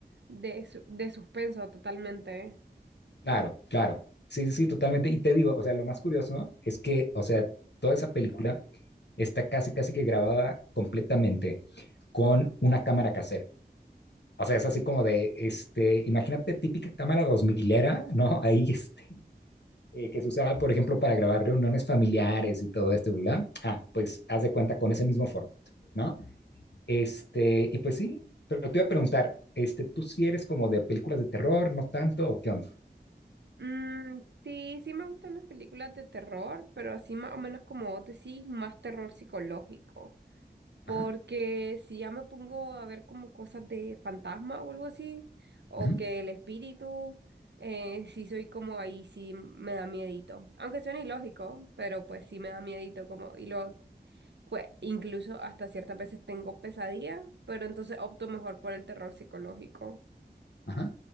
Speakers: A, on the right; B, on the left.
A: de, su- de suspenso totalmente.
B: Claro, claro. Sí, sí, totalmente. Y te digo, o sea, lo más curioso es que, o sea, toda esa película está casi, casi que grabada completamente con una cámara casera. O sea, es así como de, este, imagínate típica cámara dos milera, ¿no? Ahí, este, eh, que se usaba, por ejemplo, para grabar reuniones familiares y todo esto, ¿verdad? Ah, pues haz de cuenta con ese mismo formato, ¿no? Este, y pues sí, pero te iba a preguntar, este, ¿tú si eres como de películas de terror, no tanto, o qué onda?
A: Mm, sí, sí me gustan las películas de terror, pero así más o menos como vos decís, más terror psicológico. Porque
B: Ajá,
A: si ya me pongo a ver como cosas de fantasma o algo así, o
B: ujú,
A: que el espíritu, eh, sí soy como ahí, sí me da miedito. Aunque suene ilógico, pero pues sí me da miedito como, y lo Pues incluso hasta ciertas veces tengo pesadillas, pero entonces opto mejor por el terror psicológico.
B: ajá,